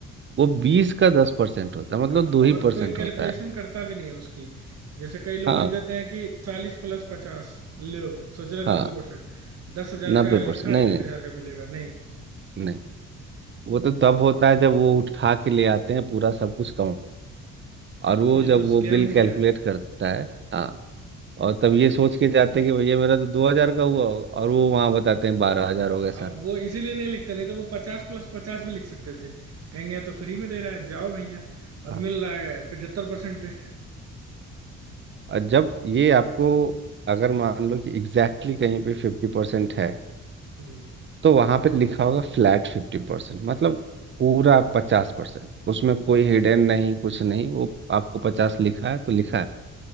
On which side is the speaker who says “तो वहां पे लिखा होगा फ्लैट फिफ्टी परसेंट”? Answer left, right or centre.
Right